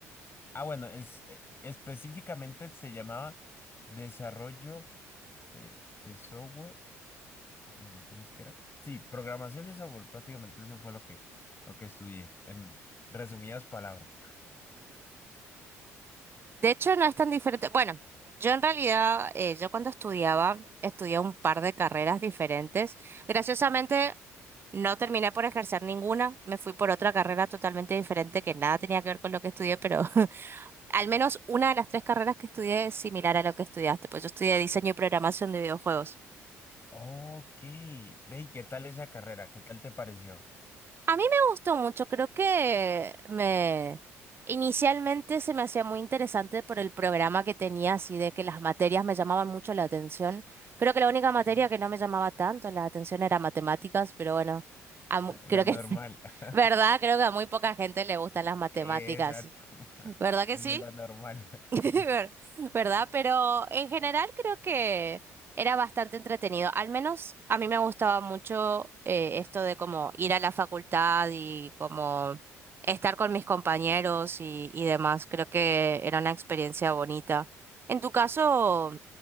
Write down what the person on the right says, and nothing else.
De hecho, no es tan diferente. Bueno, yo en realidad, eh, yo cuando estudiaba, estudié un par de carreras diferentes. Graciosamente, no terminé por ejercer ninguna. Me fui por otra carrera totalmente diferente que nada tenía que ver con lo que estudié, pero <laughs> al menos una de las tres carreras que estudié es similar a lo que estudiaste. Pues yo estudié diseño y programación de videojuegos.
A mí me gustó mucho, creo que me inicialmente se me hacía muy interesante por el programa que tenía, así de que las materias me llamaban mucho la atención. Creo que la única materia
que no me llamaba tanto la atención era matemáticas, pero bueno, a mu-
creo
que, <laughs>
¿verdad? Creo que a muy poca gente le gustan las matemáticas,
¿verdad que
sí?
<laughs>
Ver-
¿Verdad? Pero en general creo que era bastante entretenido. Al menos a mí me gustaba mucho eh, esto de como ir a la facultad y como estar con mis compañeros y, y demás. Creo que era una experiencia bonita. En tu caso,